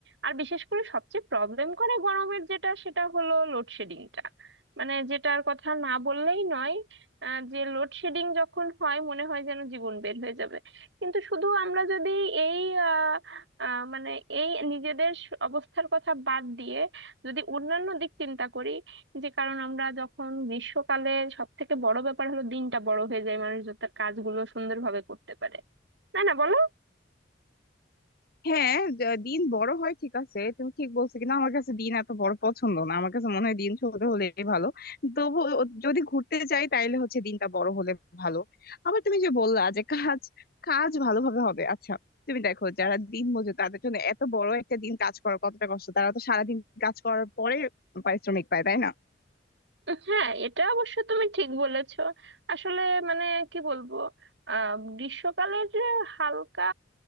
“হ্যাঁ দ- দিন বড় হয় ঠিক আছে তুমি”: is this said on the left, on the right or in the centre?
Left